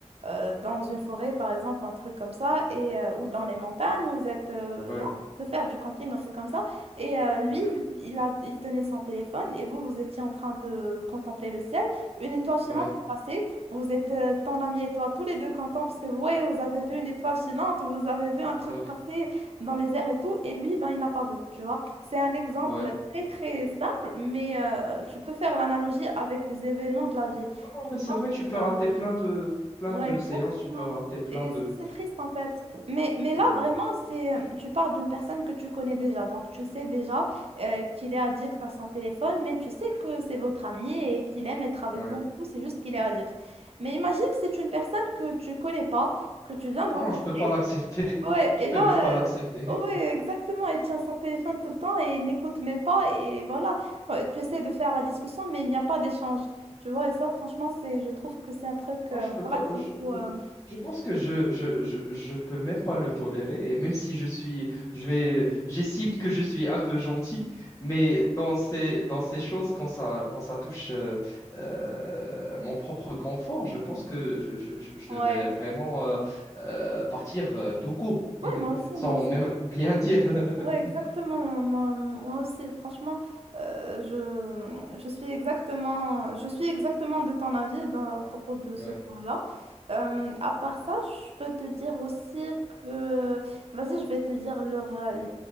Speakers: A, on the right (about 60°); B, on the left (about 25°).
A: euh, dans une forêt, par exemple, un truc comme ça, et, euh, ou dans les montagnes, vous êtes euh,
B: Ouais.
A: en train de faire du camping, un truc comme ça, et euh, lui,
B: Ouais.
A: il, il a, il tenait son téléphone, et vous, vous étiez en train de contempler le ciel, une étoile filante
B: Ouais.
A: est passée. Vous êtes euh, ton ami et toi, tous les deux contents parce que ouais, vous avez vu une étoile filante, vous avez vu un truc
B: Ouais.
A: passer dans les airs et tout, et lui, ben, il n'a pas vu, tu vois. C'est un exemple
B: Ouais.
A: très très simple, mais euh, tu peux faire l'analogie avec des événements de la vie.
B: Non, non,
A: Tu
B: mais
A: vois,
B: c'est vrai, tu peux rater plein de, plein
A: Ouais,
B: de
A: exactement.
B: séances, tu peux rater plein
A: Et
B: de.
A: ça, c'est triste en fait. Mais, mais là,
B: Ouais.
A: vraiment, c'est, tu parles d'une personne que tu connais déjà. Donc, tu sais déjà euh, qu'il est addict à son téléphone, mais tu sais que c'est votre ami et qu'il aime être avec
B: Ouais.
A: vous. et tout, C'est juste qu'il est addict. Mais imagine que c'est une personne que tu connais pas, que tu viens de rencontrer.
B: Non, je peux pas l'accepter.
A: Ouais,
B: <laughs> Je
A: et
B: peux
A: là,
B: même pas l'accepter.
A: euh, ouais, exactement, il tient son téléphone tout le temps et il n'écoute même pas. Et voilà, quand tu essaies de faire la discussion, mais il n'y a pas d'échange. Tu vois, et ça, franchement, c'est, je trouve que c'est un truc,
B: Non,
A: euh,
B: je peux
A: voilà,
B: pas.
A: qui
B: Je,
A: faut,
B: je,
A: euh,
B: je pense que je, je, je, je peux même pas le tolérer. Et même si je suis, je vais, j'estime que je suis un peu gentil, mais dans ces, dans ces choses, quand ça, quand ça touche euh, euh, mon propre confort, je pense que je, je, je
A: ouais,
B: vais vraiment euh, euh, partir euh, tout court,
A: ouais,
B: <laughs>
A: moi aussi,
B: sans
A: moi aussi.
B: même rien dire.
A: Ouais,
B: <laughs>
A: exactement. Moi, moi aussi, franchement, euh, je, je suis exactement, je suis exactement de ton avis dans- à propos de ce
B: Ouais,
A: point-là. Euh, à part ça, je peux te dire aussi que, vas-y, je vais te dire leur, euh,